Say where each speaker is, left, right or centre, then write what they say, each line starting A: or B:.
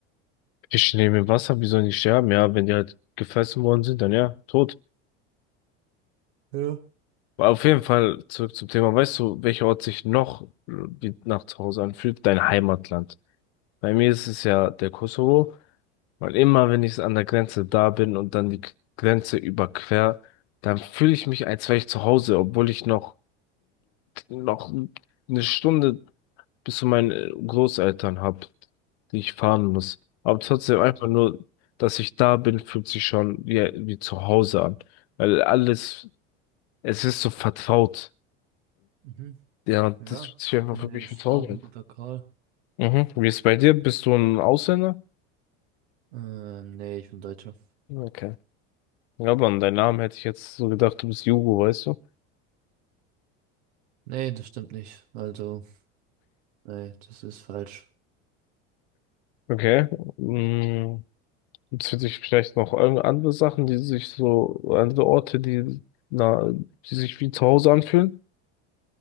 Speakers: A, on the left; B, on the right.
A: Fische leben im Wasser, wie sollen die sterben? Ja, wenn die halt gefressen worden sind, dann ja, tot.
B: Ja.
A: Auf jeden Fall zurück zum Thema. Weißt du, welcher Ort sich noch äh, wie nach zu Hause anfühlt? Dein Heimatland. Bei mir ist es ja der Kosovo, weil immer, wenn ich an der Grenze da bin und dann die K- Grenze überquer, dann fühle ich mich, als wäre ich zu Hause, obwohl ich noch, noch eine Stunde bis zu meinen äh, Großeltern habe, die ich fahren muss. Aber trotzdem
B: Ja.
A: einfach nur, dass ich da bin, fühlt sich schon wie, wie zu Hause an, weil alles, es ist so vertraut.
B: Mhm.
A: Ja,
B: Ja,
A: das fühlt sich einfach
B: finde
A: für mich
B: ich
A: bezaubern.
B: auch ein guter Call.
A: Mhm. Wie ist es bei dir? Bist du ein Ausländer?
B: Ähm, nee, ich bin Deutscher.
A: Okay. Ja, aber an deinen Namen hätte ich jetzt so gedacht, du bist Jugo, weißt du?
B: Nee, das stimmt nicht. Also, nee, das ist falsch.
A: Okay. Mm, Jetzt für dich vielleicht noch irgend- andere Sachen, die sich so, andere Orte, die, na, die sich wie zu Hause anfühlen.